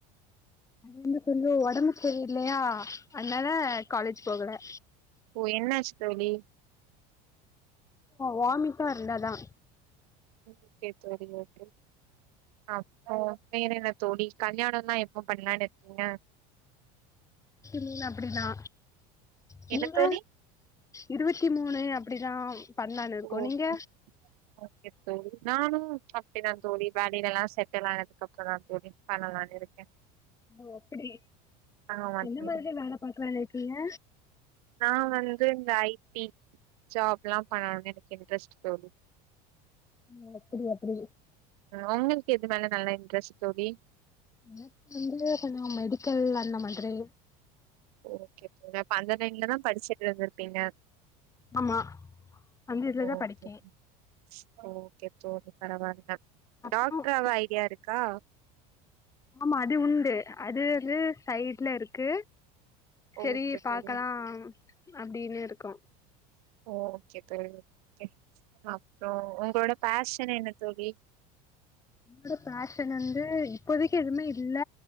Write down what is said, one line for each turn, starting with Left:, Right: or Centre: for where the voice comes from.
Left: அது வந்து கொஞ்ஜோ ஒடம்பு செரி இல்லையா அதனால காலேஜ் போகல
Right: ஓ என்னாச்சு தோழி
Left: வாமிட்டா இருந்ததா
Right: ஓகே தோழி ஓகே அப்றோ வேற என்ன தோழி கல்யாணோ தா எப்ப பண்ணலானு இருக்கீங்க
Left: இருவத்தி மூனு அப்டி தா நீங்க
Right: என்ன தோழி
Left: இருவத்தி மூனு அப்டி தா பண்ணாலு இருக்கோ
Right: ஓகே
Left: நீங்க
Right: ஓகே தோழி நானு அப்டி தா தோழி வேலல்லா செட்டில் ஆனதுக்கு அப்ற தோழி பண்ணலான் இருக்கேன்
Left: ஓ அப்டி
Right: ஆமா
Left: என்ன
Right: தோழி
Left: மாரி வேலை பாக்கறாளே நீங்க
Right: நா வந்து இந்த ஐ டி ஜாப் எல்லா பண்ணணு எனக் இன்ரெஸ்ட் தோழி
Left: ம் எப்புடி அப்புடி
Right: அவுங்களுக்கு எது மேல நல்ல இன்ரெஸ்ட் தோழி
Left: எனக்கு வந்து கொஞ்ச மெடிக்கல் அந்த மாதிரி
Right: ஓகே தோழி அப்ப அந்த லைன்லதான் படிச்சிட்டு இருந்துப் பிங்க
Left: ஆமா அந்த இதுலதா
Right: ஓகே
Left: படிக்கே
Right: தோ ஓகே தோழி பரவால்ல இந்த
Left: அப்புறோ
Right: டாக்ட்ராவ ஐடியா இருக்கா
Left: ஆமா அது உண்டு அது வந்து சைய்டுல இருக்கு செரி
Right: ஓகே
Left: பாக்கலாம்
Right: தோழி
Left: அப்டின்னு இருக்கா
Right: ஓகே தோழி ஓகே அப்றோ ஒங்களோட பேஷன் என்ன தோழி
Left: என்னோட பேஷன் வந்து இப்போதைக்கு எதுமே இல்ல